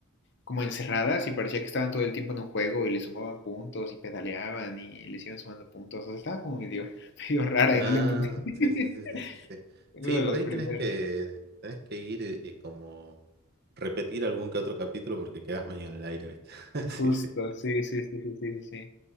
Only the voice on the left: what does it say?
como encerradas y parecía que estaban todo el tiempo en un juego y le sumaban puntos y pedaleaban y, les iban sumando puntos. O sea, estaba como medio, <laughs> medio rara
y no la entendí. <laughs>
En
uno de
los
primeros.
Justo,
sí, sí, sí, sí, sí, sí. Sí,